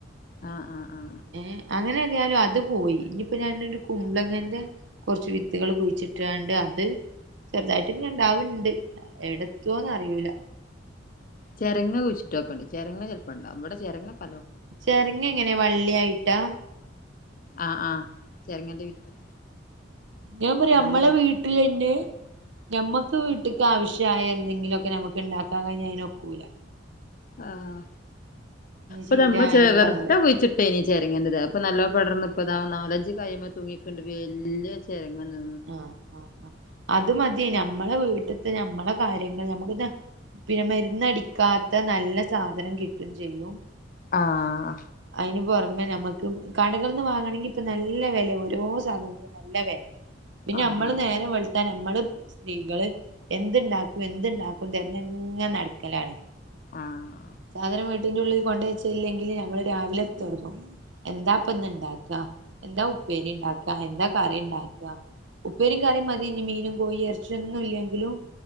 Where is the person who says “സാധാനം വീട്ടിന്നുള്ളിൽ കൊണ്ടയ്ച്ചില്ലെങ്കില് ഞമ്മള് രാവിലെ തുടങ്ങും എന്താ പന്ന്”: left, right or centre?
Right